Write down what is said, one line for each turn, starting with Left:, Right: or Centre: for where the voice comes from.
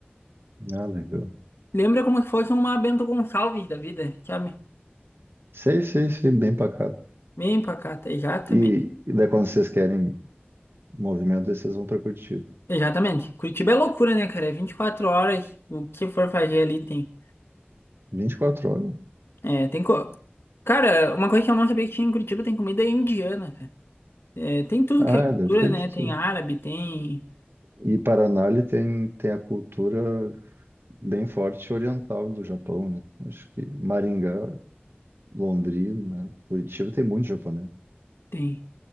Right: Ah, legal.
Left: Lembra como se fosse uma Bento Gonçalves da vida, sabe?
Right: Sei, sei, sei, bem pacato.
Left: Bem pacata. E Já também.
Right: E, e daí quando vocês querem movimento, daí vocês vão pra Curitiba.
Left: Exatamente. Curitiba é loucura, né, cara? É 24 horas, o que for fazer ali tem.
Right: 24 horas.
Left: É, tem co... Cara, uma coisa que eu não sabia que tinha em Curitiba tem comida indiana, cara. É, tem tudo
Right: Ah,
Left: que é cultura,
Right: deve ter
Left: né?
Right: de tudo.
Left: Tem árabe, tem.
Right: E Paraná ele tem, tem a cultura bem forte oriental do Japão, né? Acho que Maringá, Londrina, né? Curitiba tem muito japonês.
Left: Tem.